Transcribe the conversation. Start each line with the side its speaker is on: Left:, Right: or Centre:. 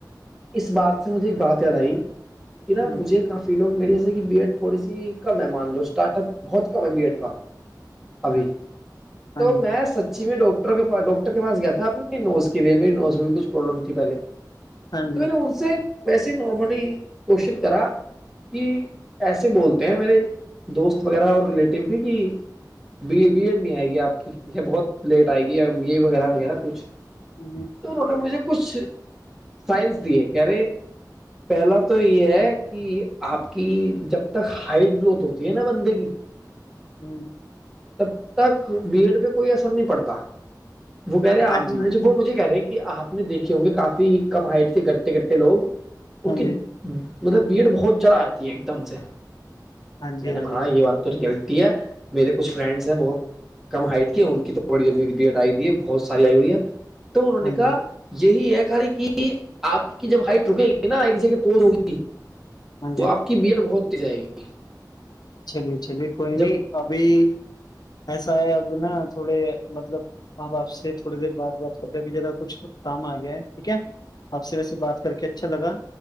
Centre: اس بات سے مجھے ایک بات یاد آئی کہ نا
Left: ہ
Centre: مجھے کافی فی لوگ میری جیسے کہ بی ایڈ تھوڑی سی کم ہے مان لو اسٹارٹ اپ بہت کم ہے بی ایڈ کا ابھی
Left: ہاں
Centre: تو
Left: جی
Centre: میں سچی میں ڈوک ڈاکٹر کے پاس گیا تھا آ اپ نوز کے لیے میری نوز میں بھی کچھ پرابلم تھیہلے
Left: ہاں
Centre: تو
Left: جی
Centre: میں نے ان سے ویسے نارملی کوشچن کرا کہ ایسے بولتے ہیں میرے دوست وغیرہ اور ریلیٹیو بھی کہ بی ایڈ نہیں آئے گی آپ کی بہت لیٹ آئے گی یہ وغیرہ وغیرہ کچھ
Left: ہ
Centre: تو انہوں نے مجھے کچھ سائنس دیے کہہ رہے پہلا تو یہ ہے کہ آپ کی جب تک ہائٹ گروتھ ہوتی ہے نا بندے کی <inaudible>
Left: ہوں
Centre: تب تک بی ایڈ پہ کوئی اثر نہیں پڑتا وہ کہہ رہے ہیں آپ
Left: ہاں
Centre: نے
Left: جی
Centre: وہ مجھے کہہ رہے کہ آپ نے دیکھے ہوں گے کافی کم ہائٹ کے گٹے گٹے لوگ ان
Left: ہ ہ
Centre: کے مطلب بی ایڈ بہت جرہ آتی ہے ایک دم سے
Left: ہاں جی
Centre: میں
Left: ہاں
Centre: نے
Left: جی ہاں
Centre: کہا
Left: جی ہاں جی
Centre: یہ بات ریئلٹی ہے میرے کچھ فرینڈس ہیں بہت کم ہائٹ کے
Left: ہاں
Centre: ان
Left: جی
Centre: کی تو بڑی جلدی بی ایٹ آئی دی ہے بہت ساری آئی ہوئی ہے تو انہوں نے
Left: ہاں
Centre: کہا
Left: جی
Centre: یہی ہے کی کہ آپ کی جب ہائٹ رکے گی نا ایک جگہ توز ہووںگی
Left: ہاں
Centre: تو
Left: جی
Centre: آپ کی بی ایڈ بہت ت ج آائے گی
Left: چلیے چلیے کوئی
Centre: جب
Left: نہیں ابھی ایسا ہے اب نا تھوڑے مطلب آپ آپ سے تھوڑی دیر بعد بات کرتے ہیں اب جذرا کچھ کام آ گیا ہے ٹھیک ہے آپ سے و سے بات کر کے اچھا لگا